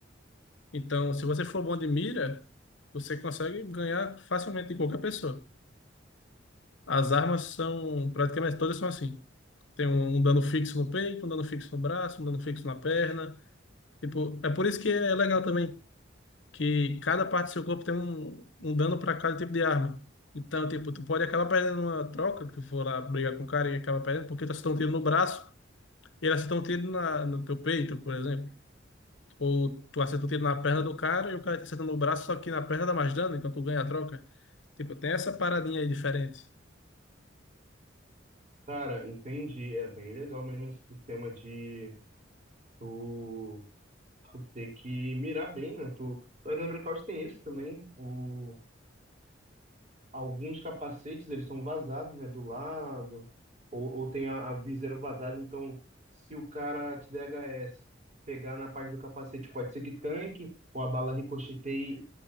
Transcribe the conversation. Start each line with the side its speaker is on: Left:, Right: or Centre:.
Left: Então, se você for bom de mira, você consegue ganhar facilmente de qualquer pessoa. As armas são praticamente todas são assim. Tem um, um dano fixo no peito, um dano fixo no braço, um dano fixo na perna. Tipo, é por isso que é legal também, que cada parte do seu corpo tem um, um dano para cada tipo de arma. Então, tipo, tu pode acabar perdendo uma troca, que tu for lá brigar com o cara e acaba perdendo, porque tu acertou um tiro no braço, ele acertou um tiro na, no teu peito, por exemplo. Ou tu acertou um tiro na perna do cara e o cara tá acertando no braço, só que na perna dá mais dano, então tu ganha a troca. Tipo, tem essa paradinha aí diferente.
Right: Cara, entendi, é bem legal mesmo esse sistema de tu, tu ter que mirar bem, né? Tu, lá no Breakout tem isso também, o Alguns capacetes, eles são vazados, né, do lado, ou, ou tem a, a viseira vazada, então se o cara te der HS, pegar na parte do capacete pode ser que tanque, ou a bala ricocheteie